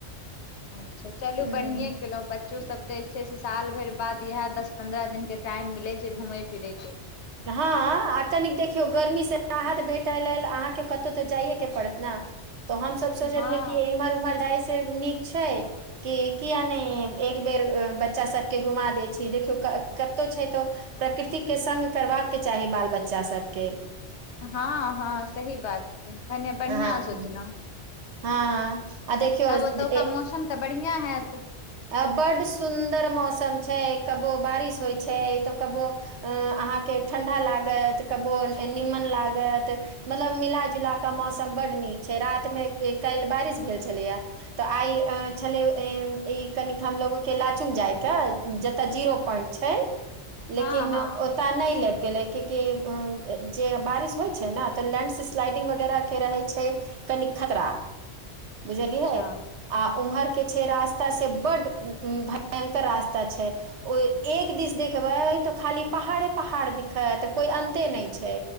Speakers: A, on the left; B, on the right.
A: अच्छा चलू
B: ह
A: बढ़िए केलहुँ ब च्चो सब केँ छै से साल भैर बाद इहै दस पन्द्रह दिन केँ टाइम मिलै छै घुमय फिरय केँ
B: हँ आ कनिक देखियौ गर्मीसँ राहत भेटय लेल अहाँकेँ कतहु तऽ जाइए केँ पड़त नऽ तऽ हमसभ सोचलियै
A: हँ
B: कि इम्हर उम्हर जाइ से नीक छै कि किया नय एक बेेर बच्चा सभ केँ घुमा दै छी देखियौ क - कतहु छै तऽ प्रकृतिक केँ संग करबाक चाही बाल बच्चा सभ केँ
A: हँ - हँ सही बात छै भने बढ़िया
B: हँ
A: सोचलहुँ
B: हँ आ देखियौ जे
A: ओतुका
B: ए
A: मौसम तऽ बढ़िया हैत
B: आ बड्ड सुन्दर मौसम छै कबो बारिश होइ छै तो कबो अ - अहाँकेँ ठण्ढा लागत कबो नीमन लागत मतलब मिलााजुला कऽ मौसम बड्ड नीक छै रातिमे काइल बारिश भेल छलै यऽ तऽ आइ अ छलै इ ई कनिक हमलोगो केँ लाचुंग जाय कऽ जतऽ जीरो पोआइंट छै लेकिन
A: हँ हँ
B: ओ तऽ नय ले गेलै कि - कि जे बारिश होइ छै नऽ तऽ लैंडस स्लाइडिंग वगैरह केँ रहै छै कनि खतरा बुझलियै
A: अच्छा
B: आ उम्हर केँ छै रास् ता से बड्ड उ भयंकर रास्ता छै ओ एक दिस देखबै तऽ खाली पहाड़े पहाड़ दिखत तऽ कोइ अन्ते नय छै